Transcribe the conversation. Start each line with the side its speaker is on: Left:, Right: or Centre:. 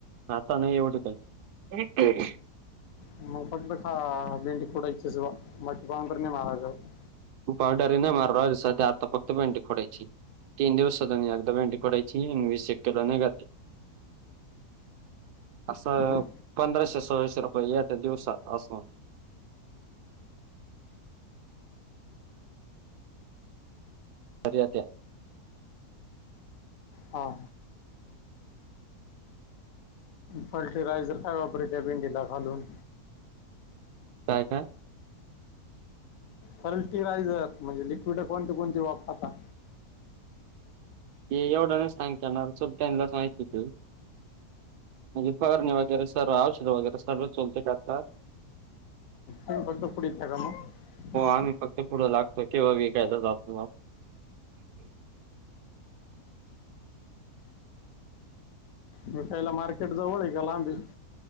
Right: आता नाही एवढं काही.
Left: <unintelligible>
Right: पावडर हाय ना मारणार आता फक्त भेंडी खोडायची. <unintelligible> असं
Left: हम्म.
Right: पंधराशे, सोळाशे रुपये येतात दिवसात अस. पररय त्या
Left: हो फर्टिलायझर काय वापरत त्या भेंडीला घालून
Right: काय काय
Left: फल्टिरायझर म्हणजे लिक्विड कोणते कोणती वापरतात
Right: ते एवढं नाही सांग करणार सुद्ास माहिती त ीपगणी वगैरे सर औषध वगैर सळ चोलते काता
Left: ह कलत कुडीी ठ मग
Right: आणि पक् पुढं लागत किंवा विकायला जात
Left: मी खाला मार्केट जवळ आहे का लांबी